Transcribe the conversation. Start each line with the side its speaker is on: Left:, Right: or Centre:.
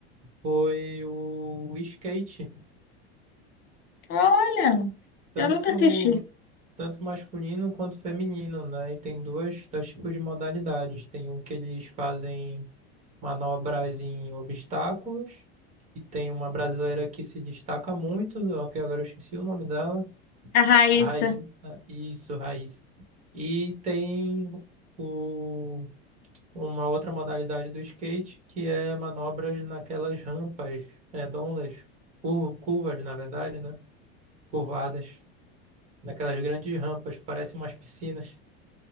Right: Foi o skate,
Left: Olha,
Right: tanto,
Left: eu nunca assisti
Right: tanto masculino quanto feminino, né? E tem dois, dois tipos de modalidades. Tem um que eles fazem manobras em obstáculos. E tem uma brasileira que se destaca muito, ó, que agora eu esqueci o nome dela.
Left: a Raíssa.
Right: A Raíssa. Isso, Raíssa. E tem o, uma outra modalidade do skate que é manobras naquelas rampas redondas, cur- curvas, na verdade, né? Curvadas, naquelas grandes rampas, parecem umas piscinas.